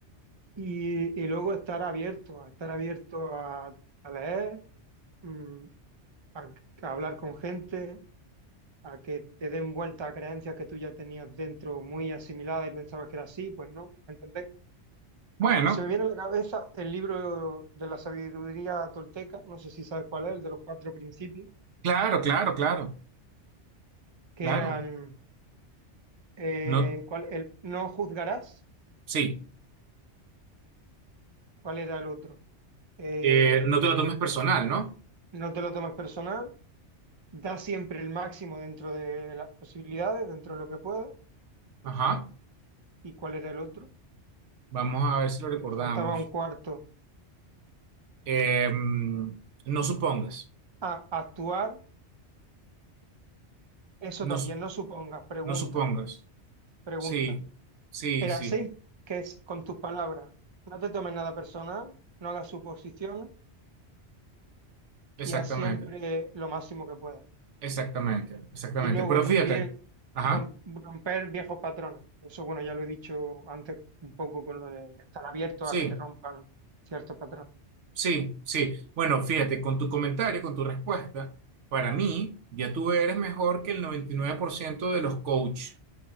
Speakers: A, on the right; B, on the right.
A: Y, y luego estar abierto, a estar abierto a, a leer, mm, a, a hablar con gente, a que te den vuelta a creencias que tú ya tenías dentro muy asimiladas y pensabas que era así, pues no, ¿entendés?
B: Bueno,
A: Ah, se me viene a la cabeza el libro de la sabiduría tolteca, no sé si sabes cuál es, el de los cuatro principios,
B: claro, claro, claro,
A: que
B: claro.
A: eran, eh,
B: No,
A: cuál, el, no juzgarás,
B: sí,
A: ¿cuál era el otro? Eh,
B: Eh, no te lo tomes personal, ¿no?
A: no te lo tomes personal, da siempre el máximo dentro de las posibilidades, dentro de lo que puedas,
B: Ajá,
A: ¿y cuál era el otro?
B: vamos a ver si lo
A: Había-
B: recordamos.
A: Faltaba un cuarto.
B: Em, no supongas.
A: Ah, actuar, eso
B: No,
A: también,
B: su-
A: no supongas, pregunta,
B: no supongas.
A: pregunta.
B: Sí, sí,
A: era
B: sí.
A: seis, que es con tus palabras, no te tomes nada personal, no hagas suposiciones y
B: Exactamente,
A: haz siempre lo máximo que puedas.
B: exactamente, exactamente.
A: Y luego
B: Pero
A: también
B: fíjate, ajá,
A: rom- romper viejos patrones. Eso, bueno, ya lo he dicho antes un poco con lo de estar abierto
B: sí,
A: a que te rompan ciertos patrones.
B: sí, sí. Bueno, fíjate, con tu comentario, con tu respuesta, para mí, ya tú eres mejor que el 99% de los coaches